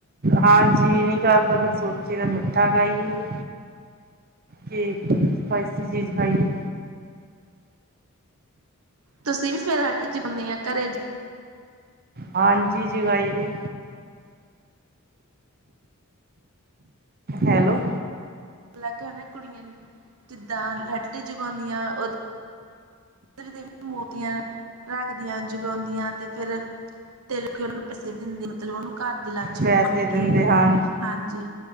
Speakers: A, on the right (about 45°); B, on the right (about 80°).
A: ਹਾਂ, ਜੀ ਨਹੀਂ ਕਰਦਾ ਫਿਰ ਸੋਚੀ ਦਾ ਮਿੱਠਾ ਖਾਈਏ। ਕੇ ਸਪਾਈਸੀ ਚੀਜ਼ ਖਾਈਏ।
B: ਤੁਸੀਂ ਵੀ ਫਿਰ ਹੱਟ ਚ ਹੁਨੀ ਆ ਘਰੇ ਚ।
A: ਹਾਂਜੀ ਜਗਾਈ ਦੇ। ਹੈਲੋ।
B: ਅਲੱਗ ਹਨਾ ਕੁੜੀਆਂ ਜਿੱਦਾਂ ਲਾਈਟਾਂ ਜਗਾਉਂਦੀਆਂ ਉਦਾ। ਤੇ ਫਿਰ ਮੋਮਬੱਤੀਆਂ ਰੱਖਦੀਆਂ ਜਗਾਉਂਦੀਆਂ ਤੇ ਫਿਰ। ਤੇ ਲੋਕੀ ਉਹਨੂੰ ਪੈਸੇ ਦਿੰਦੇ ਮਤਲਬ ਉਹਨੂੰ ਘਰ ਦੀ ਲੱਛਮੀ
A: ਪੈਸੇ
B: ਮੰਨ
A: ਦਿੰਦੇ
B: ਕੇ
A: ਹਨ
B: ਹਾਂਜੀ।